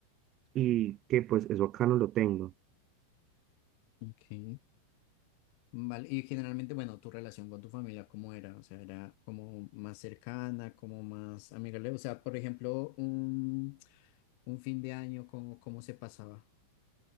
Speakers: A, on the right; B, on the left.
A: y que pues eso acá no lo tengo.
B: Ok. Vale, y generalmente, bueno, tu relación con tu familia, ¿cómo era? O sea, era como más cercana, como más amigable. O sea, por ejemplo, un, un fin de año, ¿cómo, cómo se pasaba?